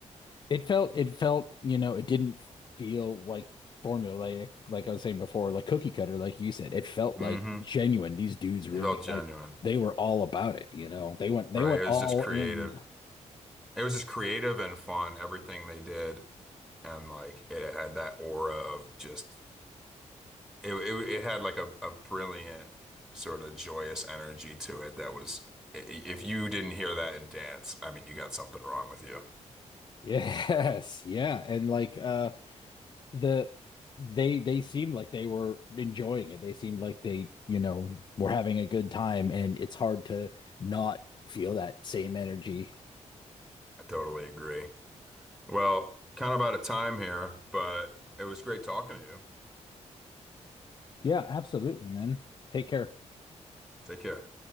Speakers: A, on the left; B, in the centre.
A: it felt it felt, you know, it didn't feel like formulaic, like I was saying before, like cookie cutter, like you said. It felt
B: hmm
A: like genuine. These dudes really
B: It felt genuine,
A: like they were all about it, you know. They went they
B: right?
A: went
B: It
A: all
B: was just creative.
A: in. <laughs>
B: It was just creative and fun, everything they did. And like it had that aura of just it it, it had like a, a brilliant sort of joyous energy to it that was i- i- if you didn't hear that in dance, I mean you got something wrong with you.
A: Yes, yeah. And like uh the they they seemed like they were enjoying it. They seemed like they, you know, were having a good time and it's hard to not feel that same energy.
B: I totally agree. Well, kind of out of time here, but it was great talking to you.
A: Yeah, absolutely, man. Take care.
B: Take care.